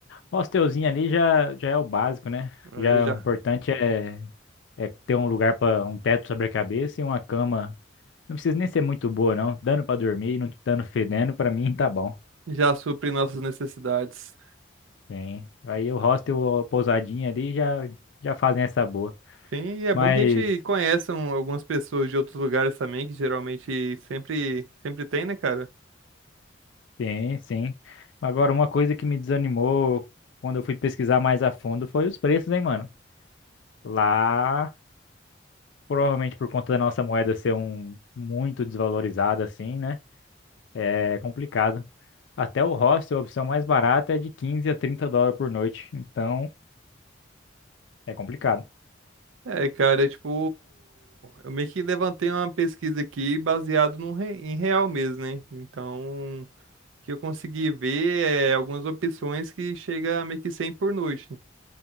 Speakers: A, on the left (about 75°); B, on the right (about 80°).
A: O hostelzinho ali já já é o básico, né?
B: Aí
A: Já
B: já,
A: o importante é é ter um lugar para um teto sobre a cabeça e uma cama. Não precisa nem ser muito boa, não. Dando pra dormir, e não dando fedendo, pra mim tá bom.
B: já supre nossas necessidades.
A: Sim. Aí o hostel, ou pousadinha ali já, já fazem essa boa.
B: Sim, e é
A: Mas,
B: bom que a gente conheça um- algumas pessoas de outros lugares também, que geralmente sempre, sempre tem, né, cara?
A: sim, sim. Agora, uma coisa que me desanimou quando eu fui pesquisar mais a fundo foi os preços, hein, mano? Lá, provavelmente por conta da nossa moeda ser um muito desvalorizada, assim, né? É complicado. Até o hostel, a opção mais barata é de 15 a 30 dólares por noite. Então, é complicado.
B: É, cara, é tipo, eu meio que levantei uma pesquisa aqui baseado num re- em real mesmo, né? Então, o que eu consegui ver é algumas opções que chega a meio que 100 por noite.